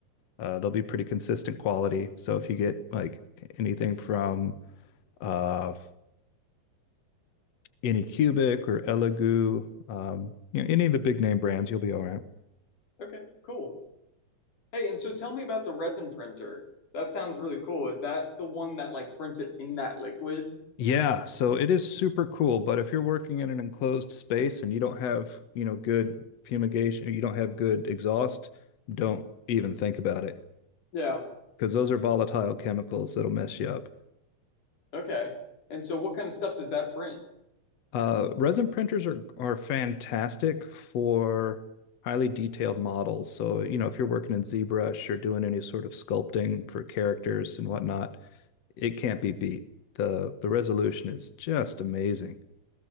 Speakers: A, on the left (about 60°); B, on the left (about 85°).
A: uh they'll be pretty consistent quality. So if you get like anything from uh Anycubic or Elegoo, um, you know, any of the big name brands, you'll be all right.
B: Okay, cool. Hey, and so tell me about the resin printer. That sounds really cool. Is that the one that like prints it in that liquid?
A: Yeah, so it is super cool, but if you're working in an enclosed space and you don't have, you know, good fumigation, or you don't have good exhaust, don't even think about it
B: Yeah,
A: because those are volatile chemicals that'll mess you up.
B: Okay. And so what kind of stuff does that print?
A: Uh, resin printers are are fantastic for highly detailed models. So, you know, if you're working in ZBrush or doing any sort of sculpting for characters and whatnot, it can't be beat. The the resolution is just amazing.